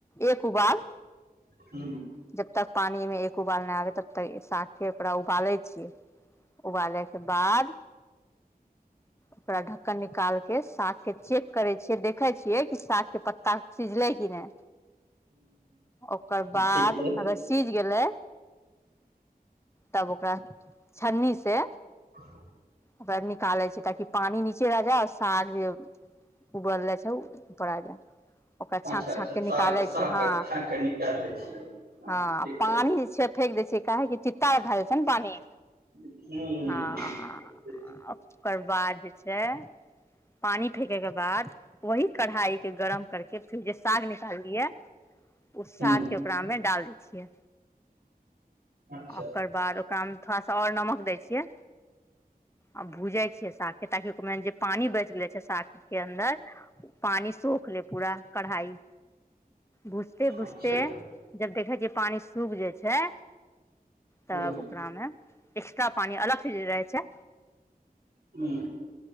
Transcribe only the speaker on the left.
एक उ बार
जबतक पानी में एक उबाल नहि आबे तबतक साथे ओकरा उबाले के छीये उबालै के बाद ओकरा ढक्कन निकाल के साग के चेक करे छिय देखे छियै कि साग के पत्त साग सिझले की नहि ओकर बादअगर
सीझ गेलै तब ओकरा छन्नी से
ओकरा निकालै छै ताकि पानि नीचे रह जाय आर साग जे ओ बनले छै उपर आ जा ओकरा छाँट
छाँट के
निकालै
छियै हँ
हँ
पानि जे छै फेेक दै छियै काहेेक चिता भए जाइ छै ने पानि
हँ
ओकर बाद जे छै पानि फेकयके बाद ओही कढ़ाई के गर्म करके फेर जे साग निकालियै ओ साग
के कपड़ा मे डाल दै छियै
ओकर बाद ओकरामे थोड़ा सा आओर नमक देय छियै आ भुजय छियै साग के ताकि ओमे जे पानि बच गेले छै साग के अन्दर पानि सोख ले पूरा कढ़ाई भुजते भुजते
जब देखे छियै पानि सूख जाइ छै
तब ओकरा मे एक्स्ट्रा पानि अलग से जे रहय छै